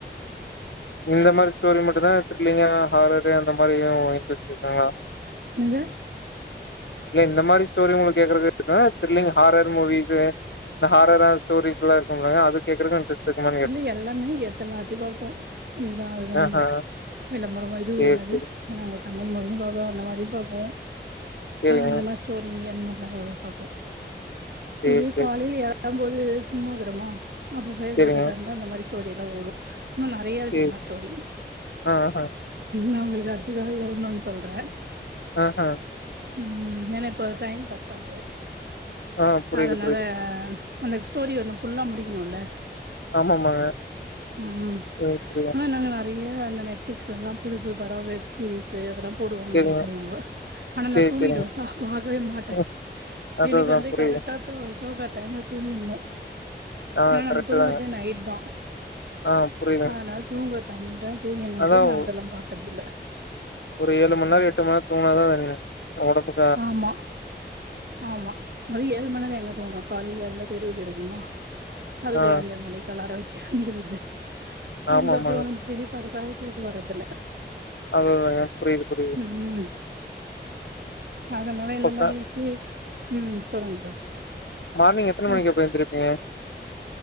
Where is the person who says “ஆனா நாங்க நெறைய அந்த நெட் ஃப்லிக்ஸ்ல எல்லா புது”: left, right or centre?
Right